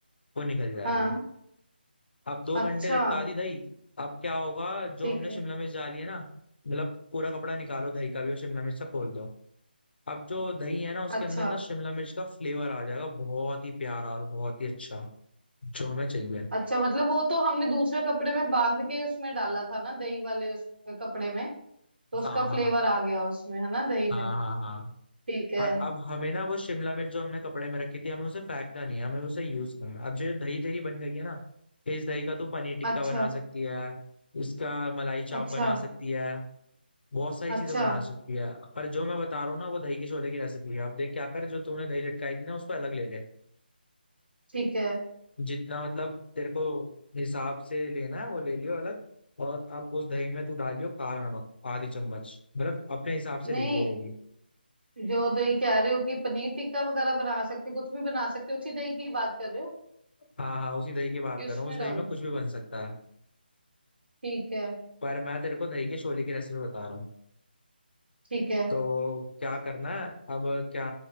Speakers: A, on the left; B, on the right.
A: वो निकल जाएगा
B: हाँ
A: अब दो
B: अच्छा
A: घंटे लटका दी दही अब क्या होगा जो
B: ठीक
A: हमने
B: है
A: शिमला मिर्च डाली है ना मतलब पूरा कपड़ा निकालो दही का भी और शिमला मिर्च से खोल दो अब जो दही है ना उसके
B: अच्छा
A: अंदर ना शिमला मिर्च का फ्लेवर आ जाएगा बहुत ही प्यारा और बहुत ही अच्छा जो हमें चाहिए
B: अच्छा मतलब वो तो हमने दूसरे कपड़े में बांध के उसमें डाला था ना दही वाले उस कपड़े में तो उसका
A: हाँ हाँ
B: फ्लेवर आ गया उसमें है ना दही
A: हाँ
B: में
A: हाँ हाँ
B: ठीक है
A: और अब हमें ना वो शिमला मिर्च जो हमने कपड़े में रखी थी हमें उसे फेंकना नहीं है हमें उसे यूज करना है। अब जो दही तेरी बन गई है ना इस दही का तू पनीर टिक्का
B: अच्छा
A: बना सकती है इसका मलाई चाप
B: अच्छा
A: बना सकती है बहुत सारी चीजें
B: अच्छा
A: बना सकती है पर जो मैं बता रहा हूँ ना वो दही के छोले की रेसिपी है आप देख क्या कर जो तूने दही लटकाई थी ना उसको अलग ले ले
B: ठीक है
A: जितना मतलब तेरे को हिसाब से लेना है वो ले लियो अलग और अब उस दही में तू डालियो काला नमक आधी चम्मच मतलब अपने हिसाब से
B: नहीं
A: ले लियो वो भी
B: जो दही कह रहे हो कि पनीर टिक्का वगैरह बना सकते हो, कुछ भी बना सकते हो उसी दही की बात कर रहे हो
A: हाँ हाँ उसी दही की बात
B: कि उसमें
A: कर रहा हूँ उस दही
B: डालो
A: में कुछ भी बन सकता है
B: ठीक है
A: पर मैं तेरे को दही के छोले की रेसिपी बता रहा हूँ
B: ठीक है
A: तो क्या करना है अब क्या